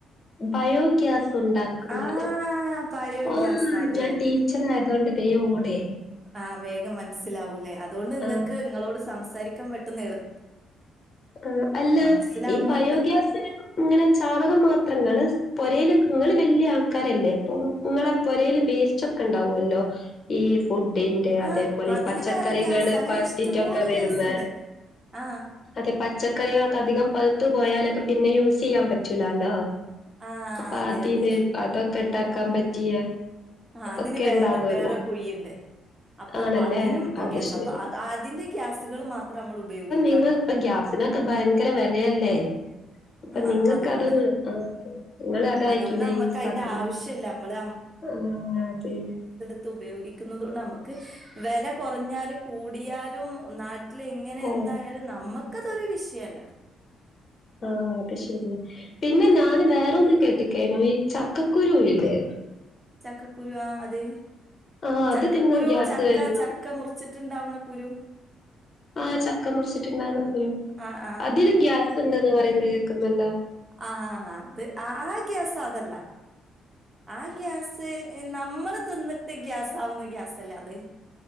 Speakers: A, on the left; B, on the right.
A: ബയോഗ്യാസ് ഉണ്ടാക്കുന്ന
B: ആഹ് ബയോഗ്യാസ്
A: ആഹ്
B: അതെ
A: ഞാൻ
B: അതെ
A: ടീച്ചറയതൊണ്ട് <unintelligible> ഓടെ
B: ആഹ് വേഗം മനസ്സിലാവൂല്ലേ അതുകൊണ്ട് ങ്ങക്ക്
A: ആ
B: ങ്ങളോട് സംസാരിക്കാൻ പെട്ടന്ന് എളു
A: ആഹ് അല്ല
B: മനസ്സിലാവുന്നോണ്ട്
A: ഈ ബയോഗ്യാസിന് ഇങ്ങനെ ചാണകം മാത്രങ്ങ പൊരെൽ നിങ്ങള് വല്യ ആൾക്കാരല്ലേ അപ്പൊ നിങ്ങളെ പോരെൽ വേസ്റ്റ് ഒക്കെ ഉണ്ടാവുല്ലോ ഈ ഫുഡിന്റെ
B: ആഹ്
A: അതേപോലെ
B: അതിന്
A: ഈ പച്ചക്കറികള്
B: വേറെ ഗ്യാസ് അങ്ങനെ
A: പഴിത്തിറ്റൊക്കെ
B: ഇഷ്ടം പോലെ
A: വരുന്നെ
B: ഗ്യാസ്ണ്ട് ആഹ്
A: അതെ പച്ചക്കറികളോക്കെ അധികം പഴുത്തു പോയാലൊക്കെ പിന്നേം യൂസെയ്യാൻ പറ്റൂലല്ലോ
B: ആഹ്
A: അപ്പ
B: അതെ
A: അതിന്
B: അതെ
A: അതൊക്കെ ഇട്ടക്കാൻ പറ്റിയ
B: ആഹ് അതിന്
A: ഒക്കെ
B: വേറെ
A: ഉണ്ടാവുമല്ലോ
B: വേറെ കുഴിയിണ്ട് അപ്പോ
A: ആണല്ലേ
B: അതിനും
A: അത്
B: ഗ്യാസ
A: ശരി
B: അപ്പ അതിന്റെ ഗ്യാസ്കൾ മാത്രമ്മൾ ഉപയോഗിക്ക
A: ഇങ്ങളിപ്പ ഗ്യാസിനൊക്കെ ഭയങ്കര വെലയല്ലേ അപ്പൊ
B: ആഹ്
A: നിങ്ങക്ക്തൊന്ന്
B: അതുകൊണ്ട്
A: ആ ഇങ്ങളതായിരിക്കൂലേ
B: അതുകൊണ്ട് നമ്മക്ക്
A: യൂസ്
B: അതിന്റെ
A: ആക്കുന്നെ
B: ആവശ്യമില്ല നമ്മള്
A: ആഹ് അതെ
B: ത് ഉപയോഗിക്കുന്നുന്നത്കോണ്ട് നമ്മക്ക് വേല കുറഞ്ഞാലും കൂടിയാലും നാ ട്ടില് എങ്ങനെ
A: ഓ
B: എന്തായാലും നമ്മക്കതൊരു വിഷയല്ല
A: ആഹ് അത് ശരിയ പിന്നെ ഞൻ വേറൊന്ന് കെട്ട്ക്കെനു ഈ ചക്കക്കുരുലില്ലേ
B: ചക്കക്കുരു ആ അതെ
A: ആ അത്
B: ചക്കക്കുരു
A: തിന്നാ ഗ്യാസ്
B: ചക്ക
A: വരും
B: ചക്ക മുറിച്ച് റ്റ് ണ്ടാവണെ കുരു
A: ആഹ് ചക്ക മുറിച്ചിറ്റ്ണ്ടാകുന്നൊ കുരു
B: ആ ആ
A: അതിലും ഗ്യാസ് ഉണ്ട്ന്ന് പറയുന്നെ കേൾക്ക് നല്ലോ
B: ആഹാ അത് ആ ഗ്യാസതല്ല ആ ഗ്യാസ് നമ്മള് തിന്നിട്ട് ഗ്യാസാവുന്ന ഗ്യാസല്ലേ